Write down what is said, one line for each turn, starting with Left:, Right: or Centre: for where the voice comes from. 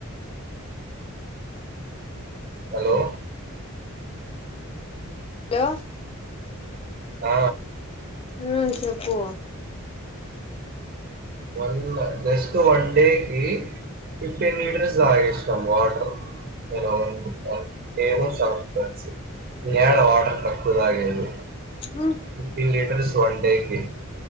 Right: హలో
Left: హలో
Right: ఆ
Left: ఉమ్మ్ చెప్పు
Right: వన్ జస్ట్ వన్ డేకి ఫిఫ్టీన్ మీలీటర్స్ తాగేసిండు తమ్ వాటర్ నేన్ ఒగన్ నేను షాప్ యాడా వాటర్ తక్కుదాగేది
Left: ఉమ్
Right: ఫిఫటీన్ లీటర్స్ వన్ డే కి